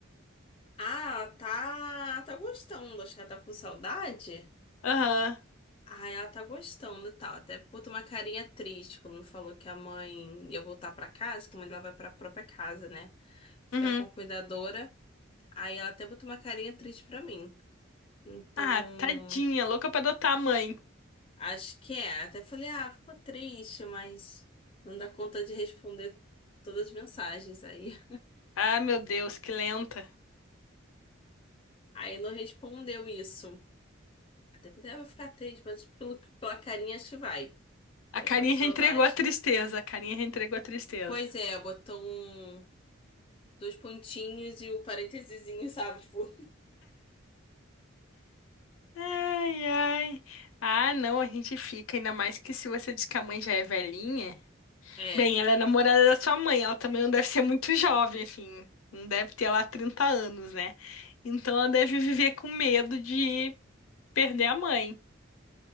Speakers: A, on the left (about 25°); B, on the left (about 85°).
A: Ah, ela tá, tá gostando. Acho que ela tá com saudade.
B: Aham,
A: Ah, ela tá gostando e tal. Até botou uma carinha triste quando me falou que a mãe ia voltar pra casa, que a mãe dela vai pra própria casa, né? Ficar
B: uhum.
A: com a cuidadora. Aí ela até botou uma carinha triste pra mim. Então,
B: Ah, tadinha, louca pra adotar a mãe.
A: acho que é. Até falei, ah, ficou triste, mas não dá conta de responder todas as mensagens aí. <laughs>
B: Ah, meu Deus, que lenta.
A: Aí não respondeu isso. Até falei, ah, vai ficar triste, mas pelo, pela carinha acho que vai. Já
B: A carinha
A: fica com saudade.
B: já entregou a tristeza, a carinha já entregou a tristeza.
A: Pois é, botou um. dois pontinhos e o parênteses, sabe? Tipo,
B: Ai, ai. Ah, não, a gente fica, ainda mais que se você diz que a mãe já é velhinha.
A: É.
B: Bem, ela é namorada da sua mãe, ela também não deve ser muito jovem, assim. Não deve ter lá 30 anos, né? Então ela deve viver com medo de perder a mãe.